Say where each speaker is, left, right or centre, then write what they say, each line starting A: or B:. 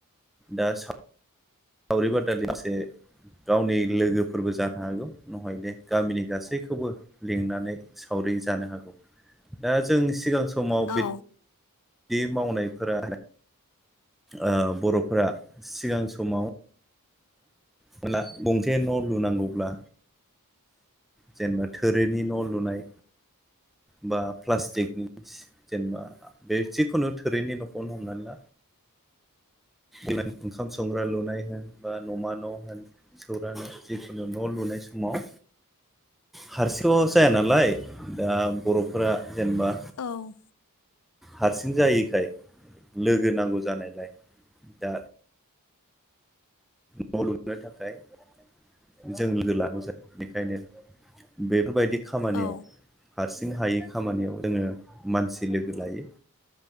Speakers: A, in the centre; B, on the left.
A: दा सा सावरि बादालि मासे गावनि लोगोफोरबो जानो हागौ नहाय दे गामिनि गासैखौबो लिंनानै सावरि जानो हागौ दा जों सिगां समाव
B: औ
A: बि दि मावनायफोरा आ बर'फोरा सिगां समाव बोला गंसे न' लुनांगौब्ला जेनेबा थोरिनि न' लुनाय बा प्लास्टिकनि जेनेबा बे जिखुनु थोरिनि न'खरनो हमनानै ला ओंखाम संग्रा लुनाय होनबा न'मा न' होन सौरानो जिखुनु न' लुनाय समाव हारसिंथ जाया नालाय दा बर'फोरा जेनेबा।
B: औ
A: हारसिं जायैखाय लोगो नांगौ जानायलाय दा न' लुनो थाखाय जों लोगो लाबो जायो बेखायनो बेफोरबायदि खामानियाव
B: औ
A: हा हारसिं हायै खामानियाव जोङो मानसि लोगो लायो।